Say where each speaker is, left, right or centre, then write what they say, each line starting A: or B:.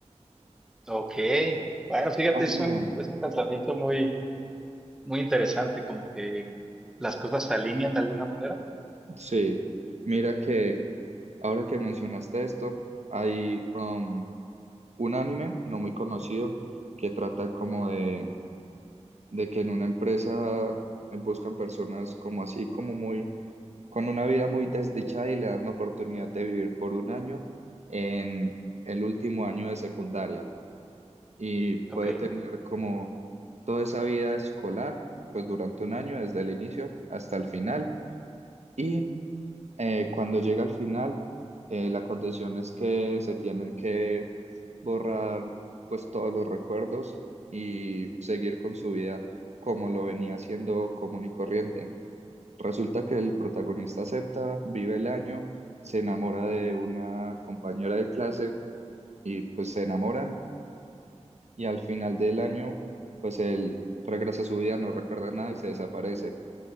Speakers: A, in the centre; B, on the right (about 70°).
A: Ok, bueno, fíjate,
B: Ah, mira,
A: es un, es un pensamiento muy, muy interesante, como que las cosas se alinean de alguna manera.
B: sí, mira que ahora que mencionaste esto, hay um, un anime no muy conocido que trata como de, de que en una empresa buscan personas como así, como muy con una vida muy desdichada y le dan la oportunidad de vivir por un año en el último año de secundaria y puede
A: Ok.
B: tener como toda esa vida escolar, pues durante un año, desde el inicio hasta el final y eh, cuando llega al final, eh, la condición es que se tienen que borrar pues todos los recuerdos y seguir con su vida como lo venía haciendo común y corriente. Resulta que el protagonista acepta, vive el año, se enamora de una compañera de clase y pues se enamoran y al final del año pues él regresa a su vida, no recuerda nada y se desaparece.